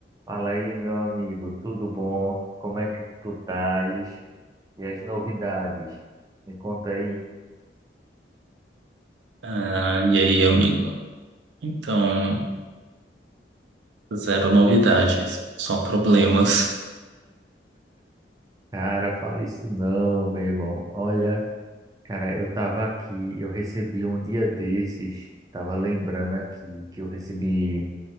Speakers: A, on the right (about 20°); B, on the right (about 85°).
A: Fala aí, meu amigo, tudo bom? Como é que tu estás? E as novidades? Me conta aí.
B: Ah, e aí, amigo? Então, zero novidades, só problemas.
A: Cara, fala isso não, meu irmão. Olha, cara, eu tava aqui, eu recebi um dia desses, tava lembrando aqui que eu recebi,